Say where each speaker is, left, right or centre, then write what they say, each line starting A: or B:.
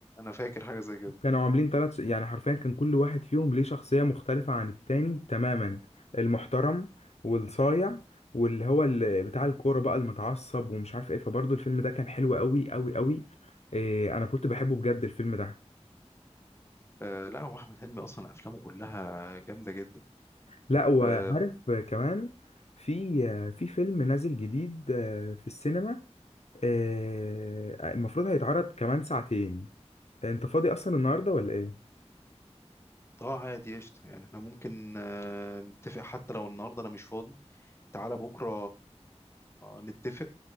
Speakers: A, on the left (about 20°); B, on the left (about 70°).
A: فاكر حاجة زي كده
B: كانوا عاملين ثلاث يعني حرفيا كان كل واحد فيهم ليه شخصية مختلفة عن التاني تماما المحترم والصايع واللي هو اللي بتاع الكورة بقى المتعصب ومش عارف ايه فبرضو الفيلم ده كان حلو قوي قوي قوي إيه انا كنت بحبه بجد الفيلم ده
A: آه لا هو احمد حلمي اصلا افلامه كلها جامده جدا
B: لا وعارف
A: اه
B: كمان في في فيلم نازل جديد آه، في السينما آه، المفروض هيتعرض كمان ساعتين انت فاضي اصلا النهارده ولا ايه
A: آه، عادي قشطه يعني احنا ممكن آه نتفق حتى لو النهارده انا مش فاضي تعالى بكره نتفق